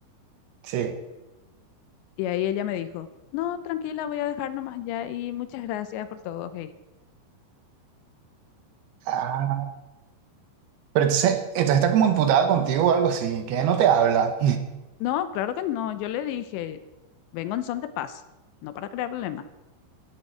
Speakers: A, on the right (about 70°); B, on the left (about 80°).
A: sí.
B: Y ahí ella me dijo, no, tranquila, voy a dejar nomás ya y muchas gracias por todo, hey".
A: Ah, Pero entonces, entonces está como imputada contigo o algo así, que no te habla,
B: No, claro que no. Yo le dije, vengo en son de paz, no para crear problemas.